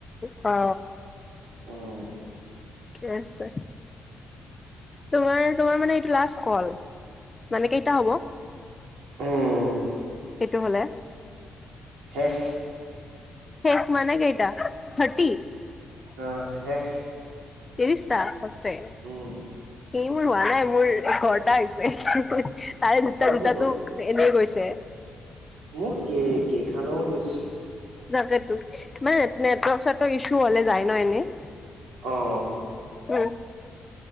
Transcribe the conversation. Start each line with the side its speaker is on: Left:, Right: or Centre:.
Left: অ।
Right: উম।
Left: ঠিক আছে তোমাৰ তোমাৰ মানে এইটো লাষ্ট কল? মানে কেই কেইটা হ'ব?
Right: উম
Left: এইটো হলে
Right: শেষ।
Left: শেষ মানে কেইটা? থাৰ্টি?
Right: অহ শেষ।
Left: ত্ৰিশটা বাপৰে
Right: উম
Left: ই মোৰ হোৱা নাই মোৰ এঘৰটা হৈছে তাৰে দুটা
Right: হৈ
Left: দুটাটো
Right: যাব
Left: এনেই গৈছে।
Right: মোৰ কে কে খান ম গৈছ
Left: তাকেতো মানে নেটৱৰ্ক চেটৰ্ৱক ইছু হলে যায় ন এনেই?
Right: অহ।
Left: উ <inaudible>